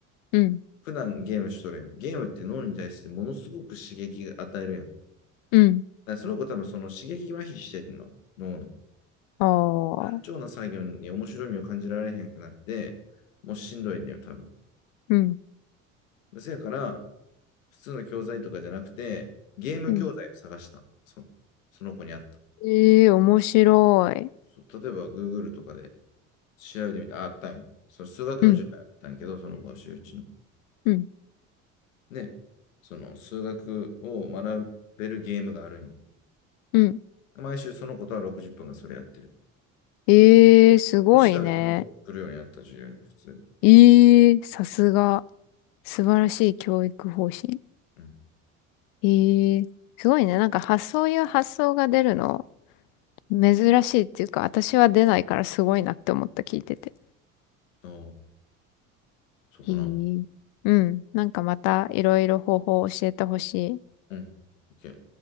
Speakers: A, on the left (about 55°); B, on the left (about 75°).
A: うん
B: 普段ゲームしとるやん。ゲームって脳に対してものすごく刺激が与えるやん。だ
A: うん。
B: からその子多分その刺激麻痺してんの、脳の。
A: ああ、
B: 単調な作業に面白みを感じられへんくなって、もうしんどいんだよ、多分。
A: うん
B: せやから、普通の教材とかじゃなくて、ゲーム教材を探した。
A: うん。
B: そ、その子にあった。
A: ええー、面白い。
B: 例えば、Google とかで調べてみたらあったんよ。その数学の授業やったんやけど、
A: うん
B: その5週1の。
A: うん
B: で、その数学を学べるゲームがあるんよ。
A: うん。
B: 毎週その子とは60分がそれやってる。
A: ええー、すごいね。
B: そしたらその子が来るようになった授業に、普通に。
A: ええー、さすが。素晴らしい教育方針。
B: うん。
A: ええー、すごいね。なんか発想いう発想が出るの。珍しいっていうか、私は出ないからすごいなって思った、聞いてて。
B: ああ、そうかな。
A: へえ。うん。なんかまたいろいろ方法を教えてほしい。
B: うん。OK。